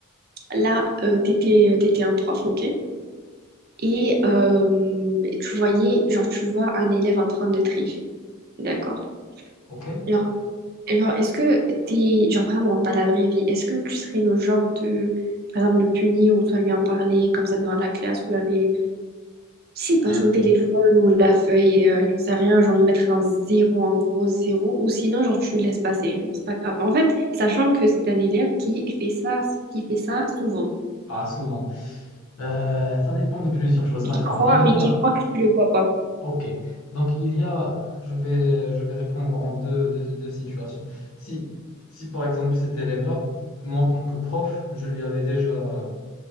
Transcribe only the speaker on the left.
OK.
Euh,
ah, souvent. Euh, ça dépend de plusieurs choses,
d'accord.
Il
y a,
Ok, donc il y a, je vais, je vais répondre en deux, deux, deux situations. Si, si par exemple cet élève-là, moi en tant que prof, je lui avais déjà